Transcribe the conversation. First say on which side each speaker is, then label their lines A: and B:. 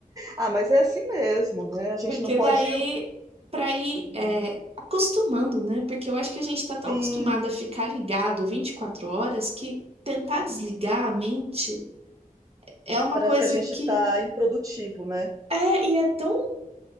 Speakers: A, on the right; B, on the right.
A: Ah, mas é assim mesmo,
B: <laughs>
A: né? A gente
B: Porque
A: não pode.
B: daí, para ir é, acostumando, né? Porque eu acho que a gente está tão
A: Sim,
B: acostumado a ficar ligado 24 horas que tentar desligar a mente é uma
A: parece
B: coisa
A: que a gente
B: que
A: tá improdutivo, né?
B: É, e é tão.